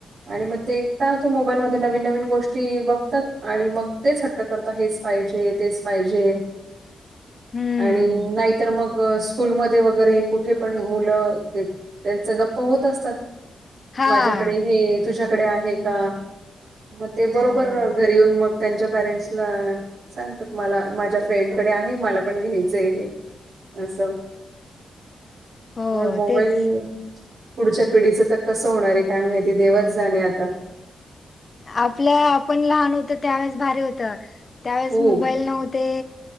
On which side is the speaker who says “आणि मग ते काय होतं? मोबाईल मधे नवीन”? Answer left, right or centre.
Right